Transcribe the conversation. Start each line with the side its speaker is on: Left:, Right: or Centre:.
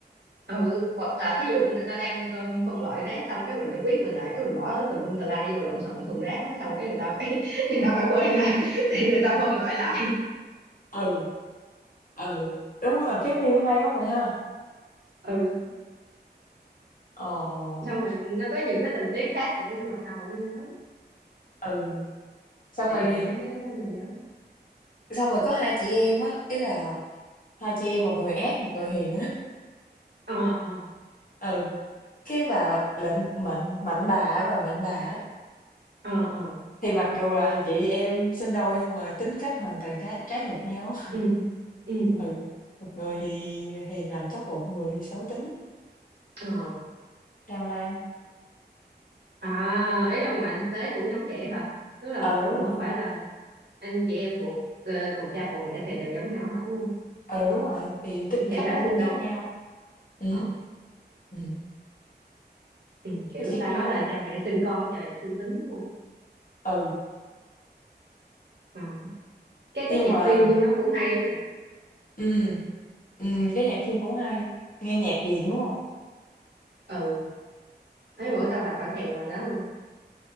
Right: ừ hoặc là thí dụ người ta đang gom phân loại rác xong cái mình không biết mình lại cái mình bỏ tùm lum tà la vô lộn xộn thùng rác á xong cái người ta phải <laughs> người ta phải bơi ra <laughs> để người ta phân loại lại
Left: Ừ, ừ. Đúng rồi, cái phim hay quá mày ha.
Right: ừ
Left: Ồ,
Right: xong rồi nó có nhiều cái tình tiết khác nữa nhưng mà tao không có nhớ
Left: Ừ. xong
Right: tự
Left: rồi
Right: nhiên mà nhắc cái đó mình nhớ
Left: xong rồi có hai chị em á, ý là hai chị em một người ác một người hiền á.
Right: ờ ờ
Left: ừ cái bà lệnh mạnh mạnh bà á, bà mạnh bà á,
Right: ờ ờ
Left: thì mặc dù là chị em sinh đôi nhưng mà tính cách hoàn toàn khác trái ngược nhau <laughs>
Right: ừ ừ ừ
Left: ừ một người thì thì làm tốt bụng một người thì xấu tính
Right: ờ
Left: tham lam
Right: à ý là ngoài thực tế cũng giống vậy hả tức là
Left: ừ đúng
Right: ừ,
Left: rồi
Right: không phải là anh chị em ruột ờ, cùng cha cùng mẹ thì đều giống nhau hết đúng
Left: ừ đúng rồi thì tính
Right: không kể
Left: cách
Right: cả
Left: nó cũng
Right: sinh đôi
Left: khác nhau ừ
Right: ờ
Left: ừ
Right: ừ. kiểu
Left: thấy
Right: người
Left: khác
Right: ta
Left: nhau
Right: nói là
Left: quá
Right: cha
Left: kìa
Right: mẹ sinh con trời sinh tính đúng không
Left: ừ
Right: Ờ. cái
Left: nhưng
Right: cái nhạc
Left: mà
Right: phim vô nó cũng hay á mày
Left: ừ ừ cái nhạc phim cũng hay nghe nhạc gì đúng
Right: ừ
Left: không
Right: Ừ. mấy bữa tao tập thở kèn bài đó luôn